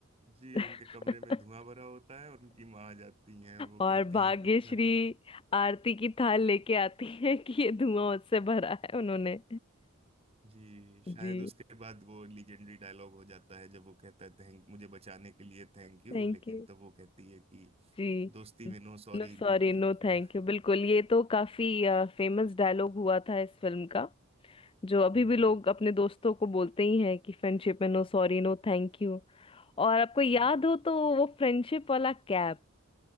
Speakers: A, on the right; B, on the left.
A: जी
B: <laughs>
A: उनके कमरे में धुआं भरा होता है और उनकी माँ आ जाती हैं वो
B: और
A: कहती
B: भाग्यश्री
A: हैं कि इतना
B: आरती की थाल लेके आती है कि ये धुआं उससे भरा है उन्होंने
A: जी शायद
B: जी
A: उसके बाद वो लीजेंडरी डायलॉग हो जाता है जब वो कहता है थैंक मुझे बचाने के लिए थैंक यू
B: Thank
A: लेकिन
B: you
A: तब वो कहती है कि
B: जी
A: दोस्ती में no sorry
B: No sorry
A: no thank
B: no
A: you
B: thank you बिल्कुल ये तो काफी फेमस डायलॉग हुआ था इस फिल्म का जो अभी
A: हम्म
B: भी लोग
A: हम्म,
B: अपने दोस्तों को बोलते ही हैं कि फ्रेंडशिप में no sorry no thank you और आपको याद
A: जी
B: हो तो वो फ्रेंडशिप वाला कैप